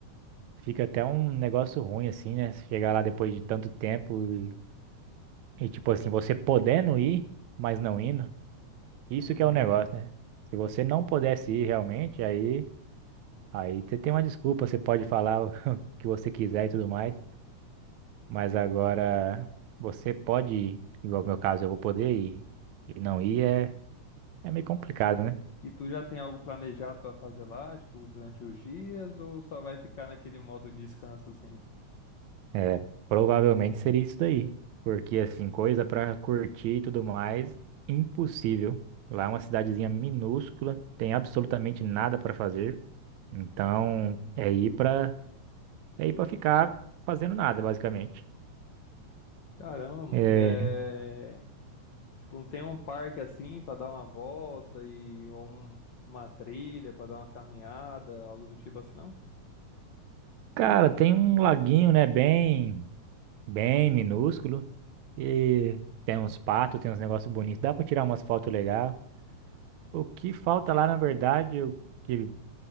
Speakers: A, on the right; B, on the left.
A: fica até um negócio ruim, assim, né? Chegar lá depois de tanto tempo e, e tipo assim, você podendo ir, mas não indo. Isso
B: Uhum.
A: que é o negócio, né? Se você não pudesse ir realmente, aí, aí você tem uma desculpa, você pode falar <laughs> o que você quiser e tudo mais, mas agora você pode ir, igual no meu caso, eu vou poder ir e não ir é, é meio complicado, né?
B: E tu já tem algo planejado pra fazer lá, tipo, durante os dias, ou só vai ficar naquele modo descanso assim?
A: É, provavelmente seria isso daí, porque assim, coisa pra curtir e tudo mais, impossível. Lá é uma cidadezinha minúscula, tem absolutamente nada pra fazer, então é ir pra é ir para ficar fazendo nada, basicamente.
B: Caramba, mano,
A: É,
B: é. Tipo, não tem um parque assim pra dar uma volta e ou um- uma trilha pra dar uma caminhada, algo do tipo assim, não?
A: cara, tem um laguinho, né, bem, bem minúsculo e tem uns patos, tem uns negócios bonitos, dá pra tirar umas fotos legais. O que falta lá, na verdade, eu, que,